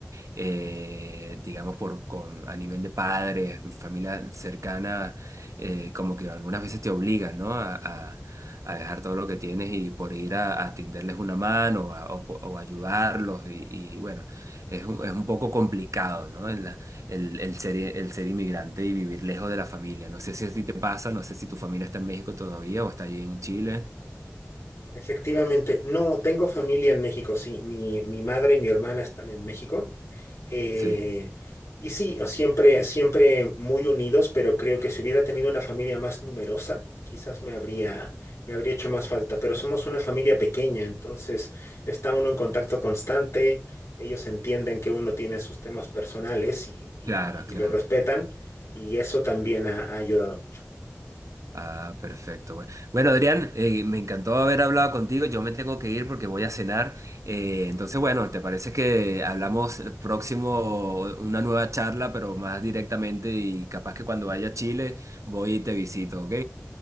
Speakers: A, on the right (about 85°); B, on the left (about 65°).
A: eh, digamos, por, con, a nivel de padres, familia cercana, eh, como que algunas veces te obligan, ¿no? A, a- a dejar todo lo que tienes y por ir a, a tenderles una mano a- o, o ayudarlos. Y, y bueno, es un, es un poco complicado, ¿no? El, la- el, el ser, el ser inmigrante y vivir lejos de la familia. No sé si a ti te pasa, no sé si tu familia está en México todavía o está allí en Chile.
B: Efectivamente, no, tengo familia en México, sí, mi, mi madre y mi hermana están en México. Eh,
A: Sí.
B: y sí, siempre, siempre muy unidos, pero creo que si hubiera tenido una familia más numerosa, quizás me habría, me habría hecho más falta. Pero somos una familia pequeña, entonces está uno en contacto constante, ellos entienden que uno tiene sus temas personales y, y,
A: Claro,
B: y
A: claro.
B: lo respetan, y eso también ha, ha ayudado mucho.
A: Ah, perfecto. güey. Bueno, Adrián, eh, me encantó haber hablado contigo. Yo me tengo que ir porque voy a cenar. Eh, entonces, bueno, ¿te parece que hablamos el próximo, una nueva charla, pero más directamente y capaz que cuando vaya a Chile voy y te visito, ¿ok?